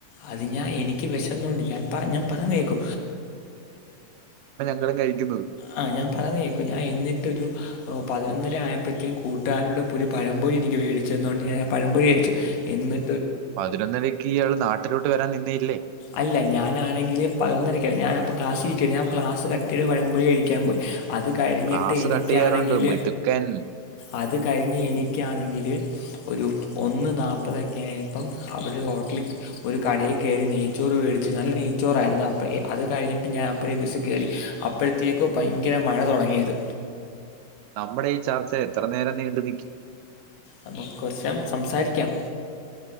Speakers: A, on the left; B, on the right.
A: അത് ഞാൻ എനിക്ക് വിശന്നൊണ്ട് ഞാൻ പറഞ്ഞാ ഞാൻ പറഞ്ഞേക്കൂ
B: ഹാരം കഴിക്കുന്നു
A: ആ ഞാൻ പറയുന്ന കേക്കു ഞാൻ എന്നിട്ടൊരു പതിനൊ ആയപ്പോഴത്തേും കൂട്ടുകാരോന്റ പ്പൊരു പഴം പൊരി എനിക്ക് വേടിചെന്നോട് ഞാൻ പഴംപൊരി കഴിച്ചു എന്നി
B: പതിനൊന്നരക്ക് ഇയാൾ നാട്ടിലോട്ട് വരാൻ നിന്നയില്ലേ
A: അല്ല ഞാനാണെങ്കില് പതിനൊന്നരക്ക ഞാ അപ്പൊ ക്ലാസ് ഇരിക്ക ഞാൻ ക്ലാസ് കട്ട് പഴംപൊരി കഴിക്കാൻ പോയി അത് കഴിഞ്ഞിട്ട്
B: ക്ലാസ്
A: എനിക്കാണെങ്കിൽ
B: കട്ട്യ്യാറുണ്ട് മിടുക്കൻ
A: അത് കഴിഞ്ഞ് എനിക്കാണെങ്കി ഒരു ഒന്ന് നാപ്പതൊക്കെ ആയപ്പോ അവര് ഹോട്ട ഒരു കടയെ കയറി നെയ് ച്ചോറ് മേടിച്ച് നല്ല നെയ്ചോറായിരുന്നു അപ്പഴത്തേക്കും കഴിഞ്ഞിട്ട് ഞാൻ അപ്പഴേയും ബസ്സ് കയറി അപ്പോഴത്തേക്കും ഭയങ്കര മഴ തുടങ്ങിയത്
B: നമ്മുടെ ഈ ചർച്ച എത്ര നേരം നീണ്ടു നിക്കും
A: നമുക്ക് കുറച്ച് സംസാരിക്കാം